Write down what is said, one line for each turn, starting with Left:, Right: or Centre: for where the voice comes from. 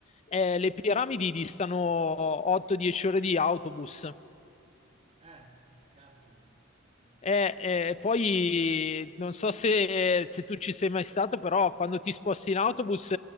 Left: eh, le piramidi distano 8-10 ore di autobus.
Right: Eh, caspita. Eh.
Left: Eh, eh, poi non so se, se tu ci sei mai stato, però quando ti sposti in autobus,